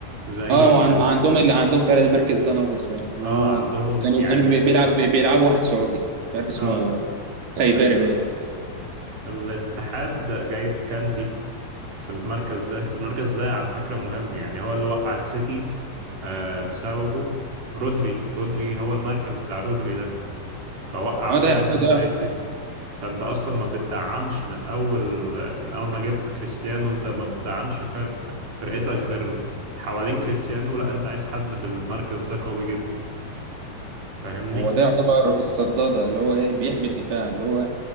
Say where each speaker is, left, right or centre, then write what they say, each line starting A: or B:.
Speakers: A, on the right; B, on the right.
A: زي
B: اه هو عن-
A: اه
B: عندهم اللي عندهم فعلا المركز ده ناقص فعلا ما
A: آه،
B: هو
A: عندهم
B: كانوا
A: يعني
B: كانوا بي- بيلعب بي- بيلعبوا واحد سعودي مش عارف اسمه
A: اه
B: خيباري
A: ايوه
B: باين حاجه
A: الاتحاد جايب كانتي في المركز ده المركز ده على فكرة مهم يعني هو اللي وقع السيتي آه، بسببه رودري رودري هو المركز بتاع رودري ده فوقع
B: اه
A: فرقة
B: ده يعتبر
A: كاملة
B: ده
A: زي السيتي فانت اصلا ما بتدعمش من اول من اول ما جبت كريستيانو انت ما بتدعمش فرق فرقتك غير حوالين كريستيانو لا انت عايز حد في المركز ده قوي جدا فاهمني
B: هو ده يعتبر الصداده اللي هو ايه بيحمي الدفاع اللي هو